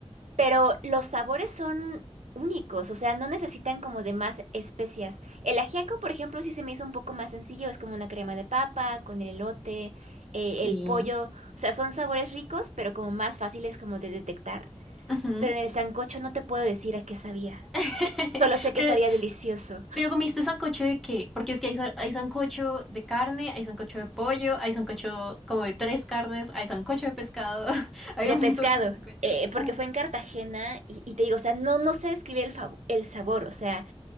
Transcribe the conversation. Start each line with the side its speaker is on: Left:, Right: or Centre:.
Right: Pero los sabores son únicos, o sea, no necesitan como de más especias. El ajiaco, por ejemplo, sí se me hizo un poco más sencillo, es como una crema de papa con el elote, eh,
Centre: Sí.
Right: el pollo, o sea, son sabores ricos, pero como más fáciles como de detectar.
Centre: Ujú.
Right: Pero en el sancocho no te puedo decir a qué sabía.
Centre: <laughs>
Right: Solo sé
Centre: Pero,
Right: que sabía delicioso.
Centre: pero comiste sancocho de qué? Porque es que hay, sa- hay sancocho de carne, hay sancocho de pollo, hay sancocho como de tres carnes, hay sancocho de pescado, <laughs> hay
Right: De
Centre: un
Right: pescado,
Centre: montón de sancochos.
Right: eh, porque
Centre: Uh.
Right: fue en Cartagena y, y te digo, o sea, no, no sé describir el, fav- el sabor, o sea,